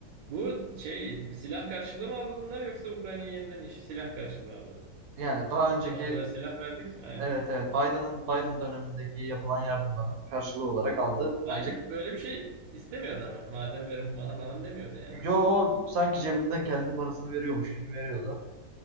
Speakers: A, on the right (about 80°); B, on the right (about 65°).
A: Bu şey silah karşılığı mı aldı bunlar yoksa Ukrayna'yı yeniden iş silah karşılığı aldı?
B: Yani daha
A: Biz
B: önceki
A: Sana o kadar silah verdik. Aynen.
B: evet evet Biden'ın Biden dönemindeki yapılan yardımların karşılığı olarak aldı.
A: Biden
B: Bence
A: böyle bir şey istemiyordu ama. Madem verin bana falan demiyordu yani.
B: yo o sanki cebinden kendi parasını veriyormuş gibi veriyordu.